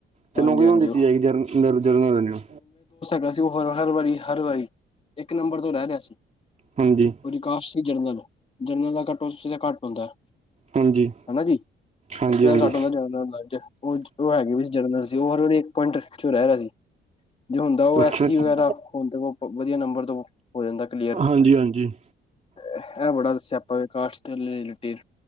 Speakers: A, on the right (about 35°); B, on the left (about 30°).
A: ਤੇ
B: ਹਾਂਜੀ-ਹਾਂਜੀ,
A: ਨੌਕਰੀ ਉਹਨੂੰ ਦਿੱਤੀ ਜਾਏਗੀ ਜਰ ਜਰਨਲ ਵਾਲੇ ਨੂੰ।
B: ਗਾ ਸੀ ਉਹ ਹਰ-ਹਰ ਵਾਰੀ ਹਰ ਵਾਰੀ ਇੱਕ ਨੰਬਰ ਤੋਂ ਰਹਿ ਰਿਹਾ ਸੀ
A: ਹਾਂਜੀ
B: ਉਹਦੀ ਕਾਸਟ ਸੀ ਜਰਨਲ। ਜਰਨਲ ਦਾ ਕੱਟ ਓਫ ਘੱਟ ਹੁੰਦਾ।
A: ਹਾਂਜੀ
B: ਹਨਾ ਜੀ
A: ਹਾਂਜੀ
B: ਸਦਾ
A: ਹਾਂਜੀ
B: ਘੱਟ ਹੁੰਦਾ ਜਾ ਉਹ, ਉਹ ਹੈਗੇ ਵੀ। ਜਰਨਲ ਸੀ ਉਹ ਹਰ ਵਾਰੀ ਇੱਕ ਪੁਆਇੰਟ ਚੋਂ ਪਿੱਛੋਂ ਰਹਿ ਰਿਹਾ ਸੀ। ਜੋ ਹੁੰਦਾ ਉਹ
A: ਅੱਛਾ
B: ਐਸਸੀ
A: ਜੀ,
B: ਵਗੈਰਾ ਹਣ ਵਧੀਆ ਨੰਬਰ ਤੋਂ ਹੋ ਜਾਂਦਾ ਕਲੀਅਰ।
A: ਹਾਂਜੀ ਹਾਂਜੀ।
B: ਇਹ ਬੜਾ ਸਿਆਪਾ ਵੇ ਕਾਸ਼ਟ ਦੇ ਰੀ ਰਿਲੇਟਿਵ।